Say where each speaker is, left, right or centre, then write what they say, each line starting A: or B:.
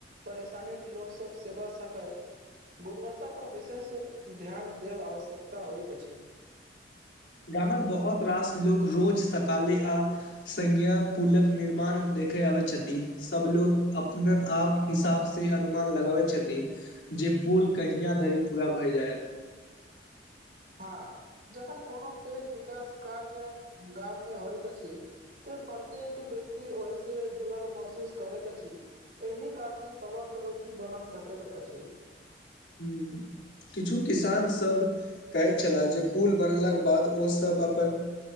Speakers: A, on the right; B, on the left.
A: परेशानीके लोकसब सेबा सेवा क सकय गुणवत्ता परर विशेष ध्यान देब आवश्यकता होइत अछि।
B: गामक बहुत रास लोक रोज सकाले आ। संय्ञा पूलक निर्माण देखय आबैत छथि सभलोग अपन आप हिसाबसँ से अनुमान लगाबै छथि जे पुल कहिय धरि पूरा भए जायत
A: हँ जखन कोनो पैघ विकास काज गाममे होयत अछि। त प्रत्येक व्यक्ति ओहि सजुड़ल महसूस करैत अछि। एहि कारणे सवक रुचि बनाल सकैत अछि
B: जी किछु किसान सब कहैत छलाह जे पुल बनलाक बाद ओसभ अपन